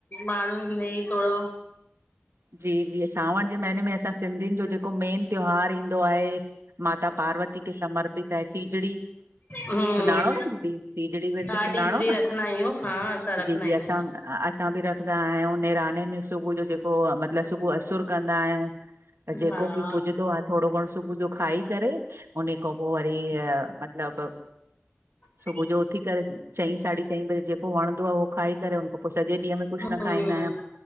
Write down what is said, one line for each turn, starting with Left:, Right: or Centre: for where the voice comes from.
Left: माण्हुनि इ थोङो
Right: जी, जी सावण जे महीने में असां सिंधियुनि जो जेको जेको मेन त्योहार ईंदो आहे, माता पार्वती के समर्पित आहे, टीजड़ी
Left: हम्म
Right: सुञाणो न दीदी, टीजड़ी विर्त
Left: हा
Right: सुञाणो
Left: टीजड़ी रखंदा
Right: न?
Left: आहियूं हा! असा रखंदा
Right: जी जी
Left: आंहयूं।
Right: असां असां बि रखंदा आहियूं। निराने में सुबुह जो जेको, मतिलबु सुबह असुर कंदा आहियूं त जेको
Left: हा
Right: बि पुॼंदो आहे थोङो घणो सुबुह जो खाई करे उन खां पो वरी, मतलब सुबुह
Left: ह <inaudible>
Right: जो उथी करे चईं साढी चईं बजे जेको वणंदो आ उहो खाई करे हुनखां पो सॼे ॾींहं में कुछ न
Left: हम्म
Right: खाईंदा आहियूं।